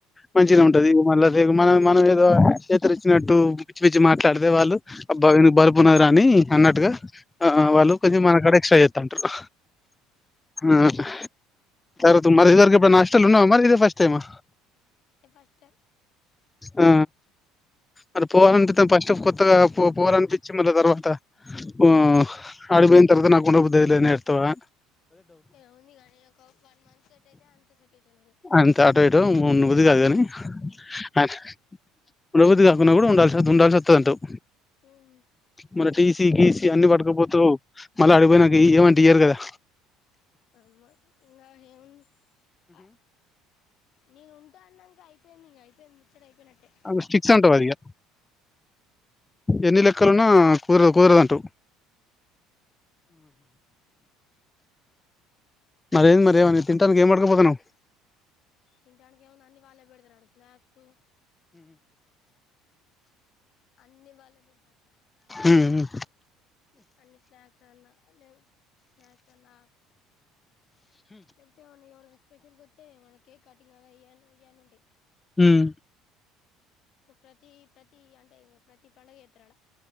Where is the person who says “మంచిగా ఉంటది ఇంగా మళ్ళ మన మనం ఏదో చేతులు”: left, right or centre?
Left